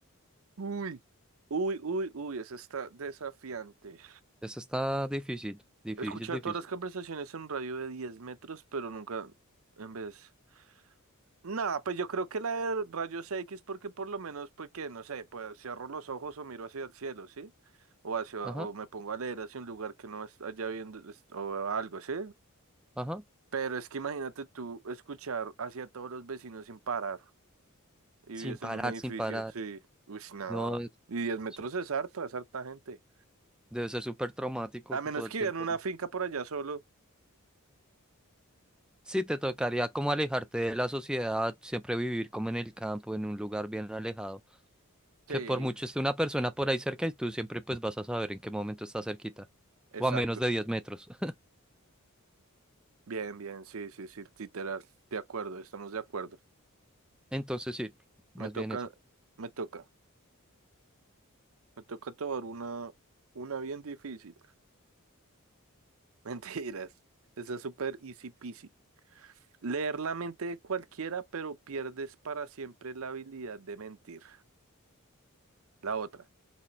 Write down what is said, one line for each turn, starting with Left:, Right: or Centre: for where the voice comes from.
Right: Uy. Uy, uy, uy, esa está desafiante.
Centre: Esta está difícil, difícil,
Right: Escuchar
Centre: difícil.
Right: todas las conversaciones en un radio de 10 metros, pero nunca en vez. Nada, pues yo creo que la de rayos X porque por lo menos, pues que, no sé, pues cierro los ojos o miro hacia el cielo, ¿sí? O hacia,
Centre: Ajá,
Right: o me pongo a leer hacia un lugar que no es allá viendo, es- o algo, ¿sí?
Centre: ajá.
Right: Pero es que imagínate tú escuchar hacia todos los vecinos sin parar y
Centre: Sin
Right: vives
Centre: parar,
Right: en un edificio,
Centre: sin parar.
Right: sí. Uy, no.
Centre: No, es-
Right: Y 10 metros
Centre: su-
Right: es harto, es harta gente.
Centre: debe ser súper traumático
Right: A
Centre: todo
Right: menos
Centre: el
Right: que
Centre: tiempo.
Right: vivan en una finca por allá solo.
Centre: Sí, te tocaría como alejarte de la sociedad, siempre vivir como en el campo, en un lugar bien alejado.
Right: Sí,
Centre: Que por mucho
Right: sí,
Centre: esté una persona por ahí cerca y tú siempre pues vas a saber en qué momento está cerquita.
Right: exacto.
Centre: O a menos de diez metros. <laughs>
Right: Bien, bien, sí, sí, sí, literal. De acuerdo, estamos de acuerdo.
Centre: Entonces sí, más
Right: Me toca,
Centre: bien esa.
Right: me toca. Me toca tomar una, una bien difícil. <laughs> Mentiras. Esa es súper easy peasy. Leer la mente de cualquiera, pero pierdes para siempre la habilidad de mentir. La otra.